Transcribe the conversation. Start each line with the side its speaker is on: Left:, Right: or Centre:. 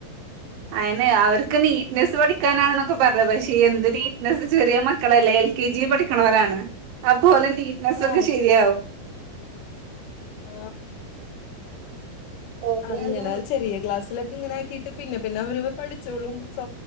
Right: അയിന അവര് നീറ്റ്നസ് പഠിക്കാനാണെന്നൊക്കെ പറഞ്ഞത് പക്ഷേ എന്ത് നീറ്റ്നസ്സ് ചെറിയ മക്കളല്ലേ എൽ കെ ജിൽ പഠിക്കണവരാണ് അതുപോലെ നീറ്റ്നെസോക്കെ
Left: ആ
Right: ശരിയാവും
Left: ആ
Right: ഓലത്
Left: അങ്ങനെ ചെറിയ ക്ലാസ്സിലൊക്കെ ഇങ്ങനെ ആക്കിട്ട് പിന്നെ പിന്നെ അവര് പഠിച്ചോളും സ്